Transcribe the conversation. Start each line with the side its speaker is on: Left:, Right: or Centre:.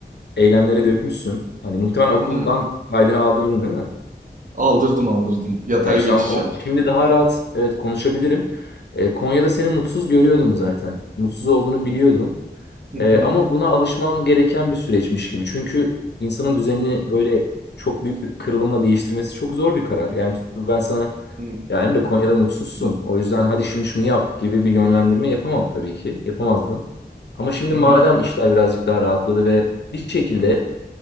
Left: eylemlere dökmüşsün. Hani muhtemelen okuldan
Right: Hı hı.
Left: kaydını aldırdın değil mi?
Right: Aldırdım aldırdım. Yatay
Left: Ya işte
Right: geçiş
Left: onu, o-
Right: yaptım.
Left: şimdi daha rahat evet konuşabilirim. E, Konya'da seni mutsuz görüyordum zaten. Mutsuz olduğunu biliyordum.
Right: Hı
Left: E,
Right: hı,
Left: ama buna alışman gereken bir süreçmiş gibi. Çünkü insanın düzeni
Right: hı hı,
Left: böyle çok büyük bir kırılımla değiştirmesi çok zor bir karar. Yani tut- ben sana
Right: hı
Left: ya Emre Konya'da mutsuzsun.
Right: hı,
Left: O yüzden hadi şimdi şunu yap gibi bir yönlendirme yapamam tabii ki. Yapamazdım. Ama şimdi
Right: hı
Left: madem
Right: hı,
Left: işler birazcık daha rahatladı ve bir şekilde